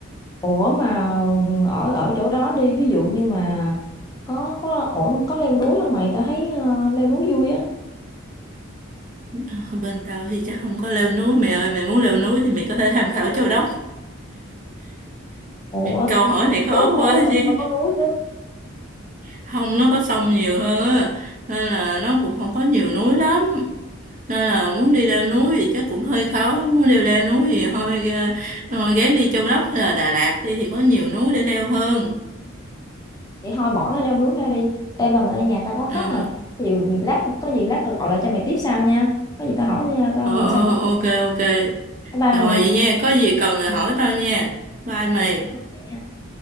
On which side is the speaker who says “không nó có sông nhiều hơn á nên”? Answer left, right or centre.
Right